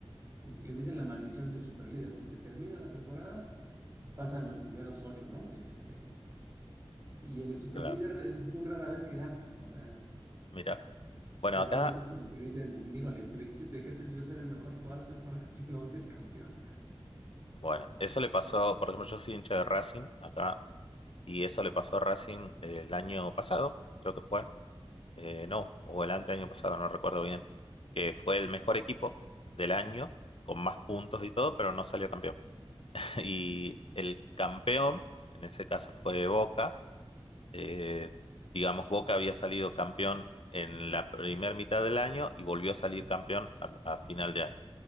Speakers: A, on the right; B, on the left.
A: in- le dicen la maldición del superlíder, porque termina la temporada y pasan los primeros ocho, ¿no? Este, y el superlíder
B: Claro,
A: es muy rara vez que gane. O sea...
B: mira. Bueno,
A: Y
B: acá,
A: entonces es como que dicen, dígale, ¿de, qué de qué te sirvió ser el mejor toda la temporada <laughs> si no eres campeón?
B: bueno, eso le pasó, por ejemplo, yo soy hincha de Racing acá, y eso le pasó a Racing eh, el año pasado, creo que fue, eh, no, o el año pasado, no recuerdo bien, que fue el mejor equipo del año, con más puntos y todo, pero no salió campeón. <laughs> Y
A: Mm.
B: el campeón, en ese caso fue Boca, eh, digamos, Boca había salido campeón en la primera mitad del año y volvió a salir campeón a a final de año.